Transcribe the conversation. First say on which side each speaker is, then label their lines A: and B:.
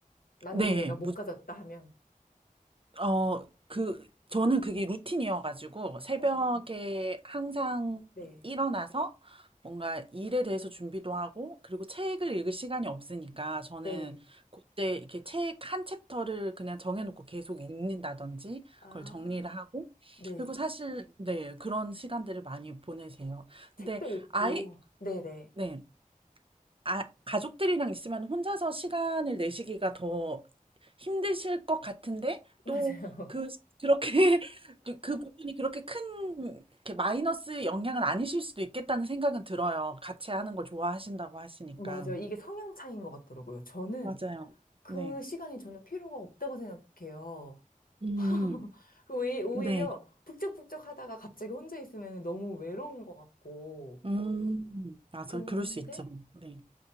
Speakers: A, on the left (about 75°); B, on the right (about 40°).
A: 만약에
B: 네,
A: 내가 못 가졌다 하면.
B: 어, 그, 저는 그게 루틴이어가지고 새벽에
A: 어,
B: 항상
A: 네,
B: 일어나서 뭔가 일에 대해서 준비도 하고 그리고 책을 읽을 시간이 없으니까 저는
A: 네.
B: 그때 이렇게 책 한 챕터를 그냥 정해놓고 계속 읽는다든지
A: 아,
B: 그걸 정리를 하고
A: 네.
B: 그리고 사실 네, 그런 시간들을 많이 보내세요.
A: 책도
B: 근데
A: 읽고,
B: 아이,
A: 네네.
B: 네. 아, 가족들이랑 있으면 혼자서 시간을 내시기가 더 힘드실 것 같은데
A: 맞아요.
B: 또 그 그렇게 <laughs> 그 그 부분이 그렇게 큰 이렇게 마이너스 영향은 아니실 수도 있겠다는 생각은 들어요. 같이 하는 걸 좋아하신다고 하시니까.
A: <laughs> 맞아요. 이게 성향 차이인 것 같더라고요. 저는
B: 맞아요.
A: 그
B: 네.
A: 시간이 저는 필요가 없다고 생각해요. <laughs>
B: 음.
A: 왜, 오히려
B: 네.
A: 북적북적 하다가 갑자기 혼자 있으면 너무 외로운 것 같고.
B: 음. 맞아.
A: 근데
B: 그럴 수 있죠. 네.